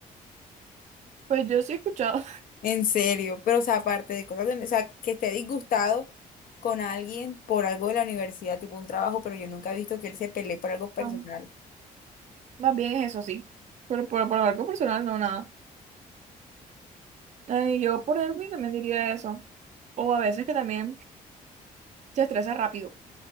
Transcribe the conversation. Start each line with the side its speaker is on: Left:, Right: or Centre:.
Right: Pues yo sí he escuchado,
Left: En serio. Pero, o sea, aparte de cosas, de- o sea, que esté disgustado con alguien por algo de la universidad, tipo un trabajo, pero yo nunca he visto que él se pelee por algo personal.
Right: <laughs> ah, más bien es eso sí, pero por, por algo personal no nada. Ay, yo por Erwin también diría eso, o a veces que también se estresa rápido,